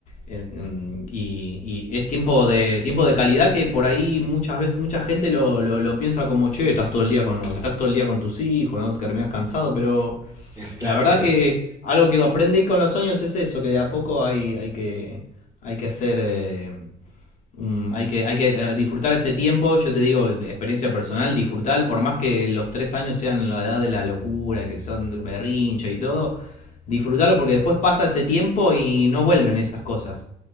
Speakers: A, on the left; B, on the right.
A: en- en- y, y es tiempo de tiempo de calidad que por ahí muchas veces mucha gente lo, lo- lo piensa como che, estás todo el día con estás todo el día con tus hijos, no terminas cansado, pero
B: <laughs>
A: la
B: Claro.
A: verdad
B: <laughs>
A: que algo que aprendí con los años es eso, que de a poco hay, hay que, hay que hacer, eh, mm, hay que, hay que eh, disfrutar ese tiempo. Yo te digo, de experiencia personal, disfrutar, por más que los tres años sean la edad de la locura, que son berrinche y todo, disfrutarlo porque después pasa ese tiempo y no vuelven esas cosas.